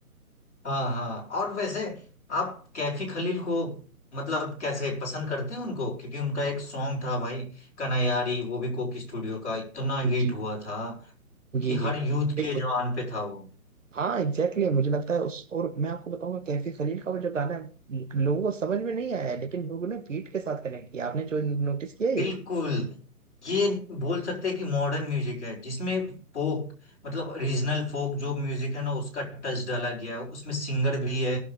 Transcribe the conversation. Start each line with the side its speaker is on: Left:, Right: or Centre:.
Left: हाँ हाँ और वैसे आप कैफी खलील को मतलब कैसे पसंद करते हैं उनको क्योंकि उनका एक सॉन्ग था भाई कनायारी वो भी कोक स्टूडियो का इतना हिट
Right: जी
Left: हुआ था
Right: जी
Left: कि
Right: जी
Left: हर यूथ
Right: बिल्कुल
Left: के जवान पे था वो
Right: हाँ एग्जैक्टली exactly, मुझे लगता है उस और मैं आपको बताऊंगा कैफी खलील का वो जो गाना है, लोगों को समझ में नहीं आया है, लेकिन लोगों ने बीट के साथ कनेक्ट किया आपने जो नोटिस किया है
Left: बिल्कुल
Right: ये
Left: ये बोल सकते हैं कि मॉडर्न म्यूजिक है जिसमें फोक मतलब रीजनल फोक जो म्यूजिक है ना उसका टच डाला गया है उसमें सिंगर भी है